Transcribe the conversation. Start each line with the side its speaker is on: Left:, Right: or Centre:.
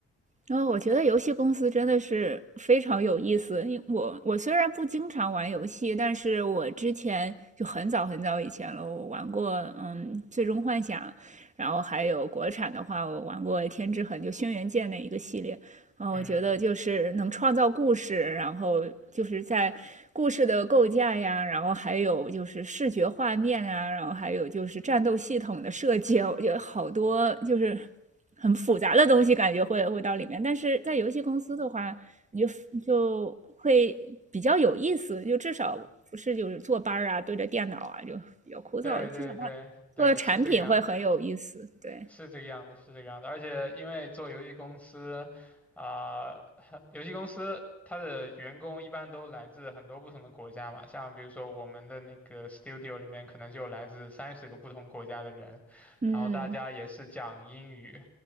Right: 然后我觉得游戏公司真的是非常有意思。因为我我虽然不经常玩游戏，但是我之前就很早很早以前了，我玩过嗯《最终幻想》，然后还有国产的话，我玩过《天之痕》就《轩辕剑》那一个系列。嗯，
Centre: 嗯，
Right: 我觉得就是能创造故事，然后就是在故事的构架呀，然后还有就是视觉画面啊，然后还有就是战斗系统的设计，我觉得好多就是很复杂的东西，感觉会会到里面。但是在游戏公司的话，你就就会比较有意思，就至少不是就是坐班儿啊，对着电脑啊，就比较枯燥。
Centre: 对对对对，
Right: 至少它做的产品会很有意思，
Centre: 是这个样子。
Right: 对，
Centre: 是这个样子，是这个样子。而且因为做游戏公司，啊、<laughs> 游戏公司它的员工一般都来自很多不同的国家嘛，像比如说我们的那个 studio 里面可能就有来自三十个不同国家的人，
Right: 嗯，
Centre: 然后大家也是讲英语，